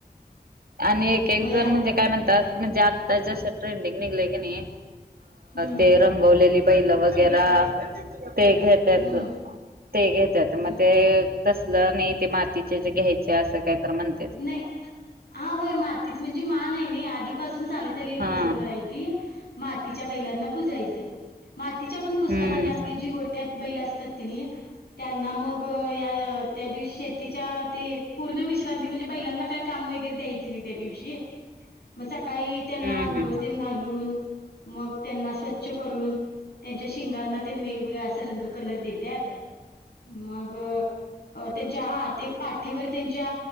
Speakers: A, on the right (about 70°); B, on the left (about 80°).
A: आणि एक एक
B: मग या
A: जण म्हणजे काय म्हणता ता म्हणजे आता ट्रेंडिंग निघलय का नय
B: हम्म
A: ते रंगवलेली बैल वगैर ते घेत्यात
B: हम्म
A: ते घेत्यात म
B: ह
A: ते तसलं नाय ते मातीचे जे घ्यायचे असं काही तर म्हणते ते
B: नाय. अत हा होय मातीची म्हणजे मान आहे नय आधीपासून चालत आलेली
A: हा
B: परंपरा हाय ती मातीच्या बै लांना पुजायचं मातीच्या पण पूजतात
A: हम्म
B: आणि आपली जी गोठ्यात बैल असतात की नय त्यांना मग त या त्या दिवशी शेतीच्या ते पूर्ण विश्रांती म्हणजे बैलांना काय काम वगैरे हेन त्या दिवशी म काई त्यांना
A: हम्म
B: आंघोळ
A: हम्म
B: तेन घालुन मग त्यांना असं स्वच्छ करून त्यांच्या शिंगांना तेन वेगवेगळ्या अस रंग कलर देत्यात. मग त्यांच्या हा ते पाठीवर त्यांच्या